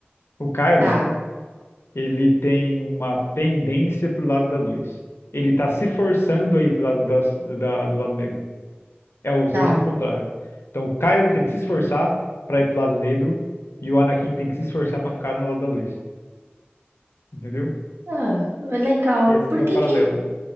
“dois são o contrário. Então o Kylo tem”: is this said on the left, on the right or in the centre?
Left